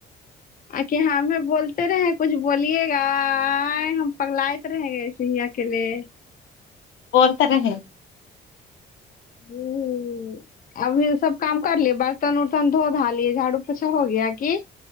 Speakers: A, on the left (about 45°); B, on the left (about 80°).
A: اک ہمیں بولتے رہے کچھ بولیے گا ہم پگلت رہیں گے ایسےیا کے لیے
B: بن طرح ہے
A: ہوں ابھی سب کام کر لیے برتن ورتن دھو دھا لیے جھاڑو پوچا ہو گیا کی